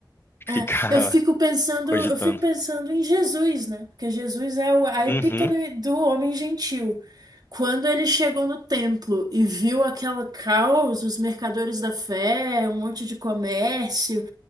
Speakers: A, on the right (about 60°); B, on the left (about 30°).
A: É,
B: Ficar
A: eu fico pensando,
B: <laughs>
A: eu
B: cogitando.
A: fico pensando em Jesus, né? Porque Jesus é o- a epítome
B: Uhum.
A: do homem gentil. Quando ele chegou no templo e viu aquela caos, os mercadores da fé, um monte de comércio,